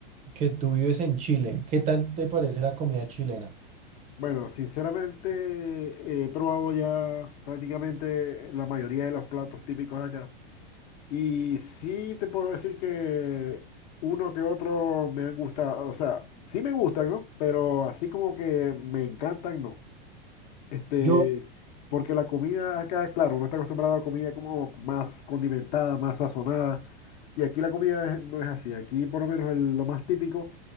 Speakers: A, on the right; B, on the left.
A: que tú vives en Chile. ¿Qué tal te parece la comida chilena?
B: Bueno, sinceramente he probado ya prácticamente la mayoría de los platos típicos de acá. Y sí te puedo decir que uno que otro me han gustado, o sea, sí me gustan, ¿no? Pero así como que me encantan, no. Este,
A: Yo,
B: porque la comida acá, claro, uno está acostumbrado a comida como más condimentada, más sazonada, y aquí la comida es- no es así. Aquí por lo menos el- lo más típico,